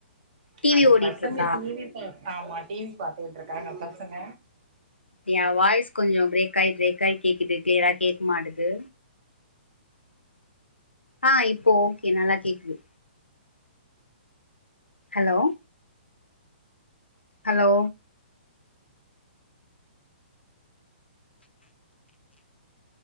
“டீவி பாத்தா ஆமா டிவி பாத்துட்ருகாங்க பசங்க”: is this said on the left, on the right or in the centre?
Right